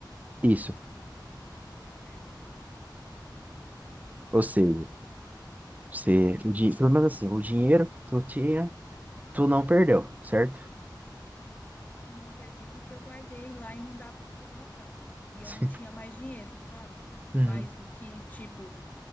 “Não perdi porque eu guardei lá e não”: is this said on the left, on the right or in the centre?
Left